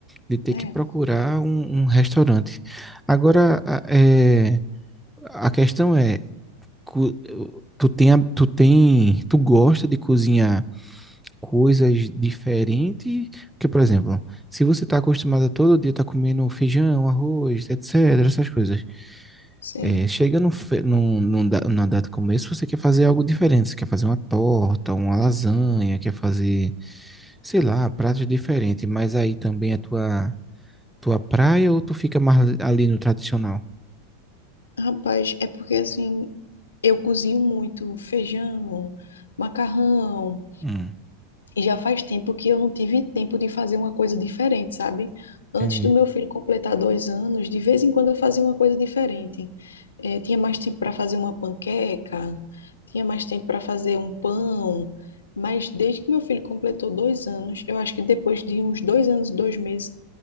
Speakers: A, in the centre; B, on the left (about 80°).
A: de ter
B: É,
A: que procurar um, um restaurante. Agora, a- é, a questão é, cu- tu tem, a- tu tem, tu gosta de cozinhar? coisas diferentes. Porque, por exemplo, se você está acostumado a todo dia estar comendo feijão, arroz, etc., essas coisas,
B: sim.
A: é, chega num, fe- num, num, da- numa data como essa, você quer fazer algo diferente. Você quer fazer uma torta, uma lasanha, quer fazer, sei lá, pratos diferentes. Mas aí também é tua, tua praia ou tu fica mais ali no tradicional?
B: Rapaz, é porque assim, eu cozinho muito feijão, macarrão,
A: Hum,
B: e já faz tempo que eu não tive tempo de fazer uma coisa diferente, sabe?
A: entendi.
B: Antes do meu filho completar dois anos, de vez em quando eu fazia uma coisa diferente. Eh, tinha mais tempo para fazer uma panqueca, tinha mais tempo para fazer um pão, mas desde que meu filho completou dois anos, eu acho que depois de uns dois anos e dois meses,